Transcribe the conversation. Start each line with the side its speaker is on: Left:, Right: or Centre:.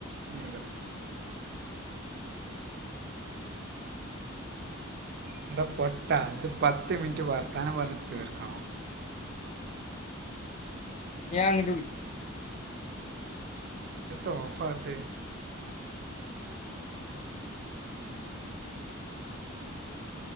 Right: ആയിക്കോട്ടെ <unintelligible> ഇത് പത്ത് മിനിറ്റ് വർത്താനം പറഞ്ഞ് തീർക്കണം
Left: ഞൻ അങ്ങട്ട് വിളി
Right: എന്താ ഓഫ് ആകാത്തെ